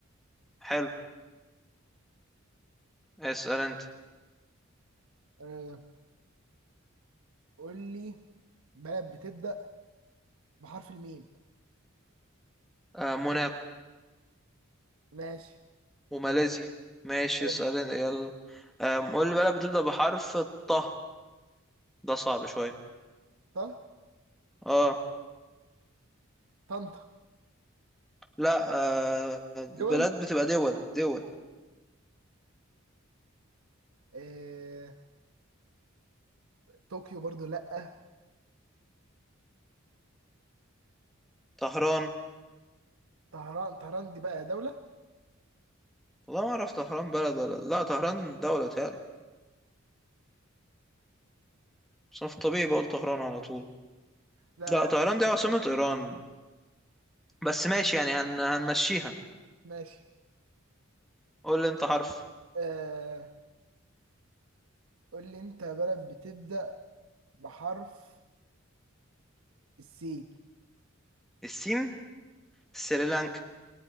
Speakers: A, in the centre; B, on the right.
A: حلو اسال انت
B: آه... قول لي بلد بتبدأ بحرف الميم
A: آه، موناكو
B: ماشي
A: وماليزيا ماشي
B: حلو
A: اسال انت يلا آم، قول لي بلاد بتبدا بحرف الطه ده صعب شويه
B: طه
A: اه
B: طنطا
A: لا آه،
B: دول
A: بلاد بتبقى دول دول
B: آه، طوكيو برضو لأ
A: طهران
B: طهران طهران دي بقى دولة
A: والله ما اعرف طهران بلد ولا لا طهران دولة تالي بس انا في الطبيعي بقول طهران على طول
B: لا
A: لا طهران
B: لا
A: دي عاصمة
B: معرفش
A: ايران بس ماشي يعني هن... هنمشيها
B: ماشي
A: قول لي انت حرف
B: آه قول لي انت بلد بتبدأ بحرف السين
A: السين سريلانكا